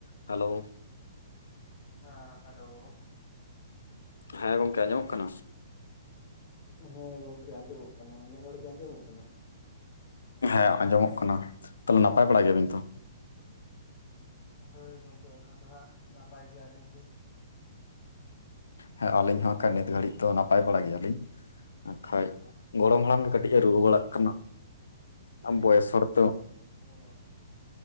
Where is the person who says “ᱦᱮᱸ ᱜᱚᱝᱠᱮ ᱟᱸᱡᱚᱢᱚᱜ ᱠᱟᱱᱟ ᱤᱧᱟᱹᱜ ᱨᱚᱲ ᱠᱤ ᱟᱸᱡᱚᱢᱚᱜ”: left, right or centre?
Left